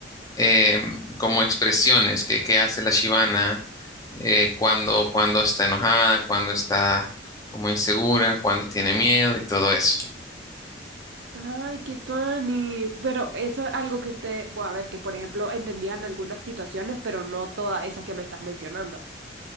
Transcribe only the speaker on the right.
Ay, qué tuani. Pero eso es algo que usted, bueno, a ver, que por ejemplo entendían algunas situaciones, pero no todas esas que me estás mencionando.